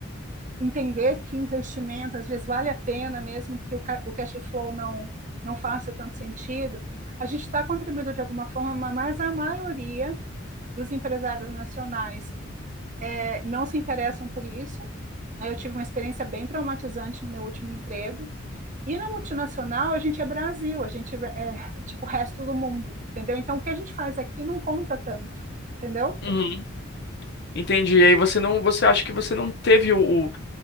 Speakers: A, on the right; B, on the left.
A: entender que investimento às vezes vale a pena, mesmo que o, ca o cash flow não, não faça tanto sentido, a gente está contribuindo de alguma forma, mas a maioria dos empresários nacionais é, não se interessam por isso. Né? Eu tive uma experiência bem traumatizante no meu último emprego. E na multinacional, a gente é Brasil, a gente é, é tipo o resto do mundo, entendeu? Então, o que a gente faz aqui não conta tanto, entendeu?
B: Uhum. Entendi. E aí você não, você acha que você não teve o, o,